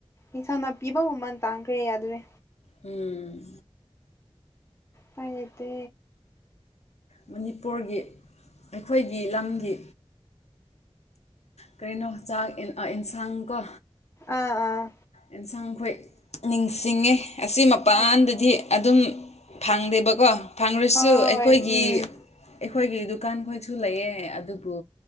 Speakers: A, on the left (about 25°); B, on the left (about 80°).
A: ꯏꯟꯁꯥꯡ ꯅꯥꯄꯤꯕꯥꯎ ꯃꯃꯟ ꯇꯥꯡꯈ꯭ꯔꯦ ꯌꯥꯗꯔꯦ
B: ꯎꯝ
A: ꯄꯥꯏ ꯂꯩꯇꯦ
B: ꯃꯅꯤꯄꯨꯔꯒꯤ ꯑꯩꯈꯣꯏꯒꯤ ꯂꯝꯒꯤ ꯀꯔꯤꯅꯣ ꯆꯥꯛ ꯏꯟꯁꯥꯡ ꯀꯣ
A: ꯑꯥ ꯑꯥ
B: ꯑꯦꯟꯁꯥꯡꯈꯣꯏ ꯅꯤꯡꯁꯤꯡꯉꯤ ꯑꯁꯤ ꯃꯄꯥꯟꯗꯗꯤ
A: ꯑꯗꯨ
B: ꯑꯗꯨꯝ ꯐꯪꯗꯦꯕꯀꯣ ꯐꯪꯈ꯭ꯔꯁꯨ
A: ꯍꯣꯏ
B: ꯑꯩꯈꯣꯏꯒꯤ
A: ꯍꯣꯏ ꯎꯝ
B: ꯑꯩꯈꯣꯏꯒꯤ ꯗꯨꯀꯥꯟ ꯈꯣꯏꯁꯨ ꯂꯩꯌꯦ ꯑꯗꯨꯕꯨ